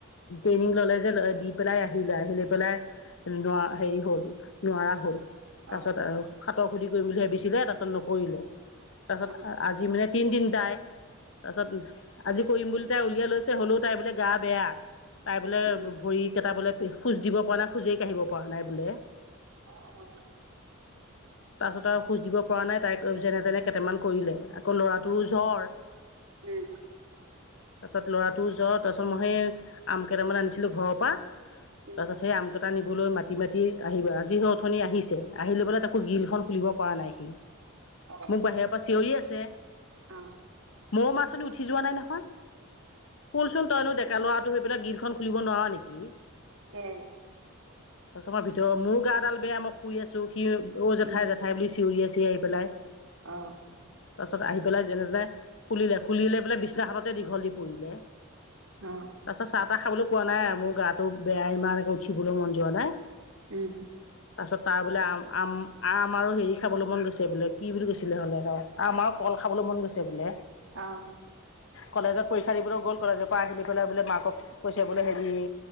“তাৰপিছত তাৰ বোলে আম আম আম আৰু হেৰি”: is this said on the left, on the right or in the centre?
Left